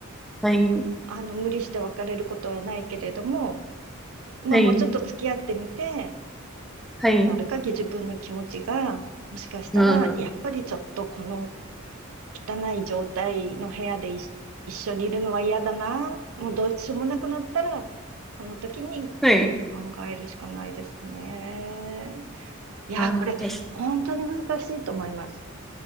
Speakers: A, in the centre; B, on the right.
A: はい。
B: あの、無理して別れることはないけれども、まあ、
A: はい。
B: もうちょっと付き合ってみて、
A: はい。
B: どうなるか、自分の気持ちが、もしかしたら、
A: うん。
B: やっぱりちょっとこの、汚い状態の部屋で一一緒にいるのは嫌だな。もうどうしようもなくなったら、その時に
A: はい。
B: 考えるしかないですかね。いや、これ、
A: ああ、です
B: 本当に難しいと思います。